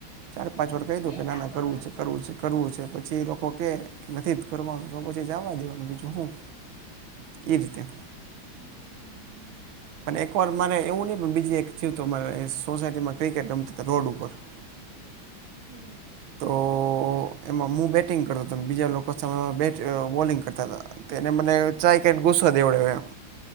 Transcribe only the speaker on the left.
મેં
કરું
એમ
તો
હમ્મ.
હમ્મ.
હમ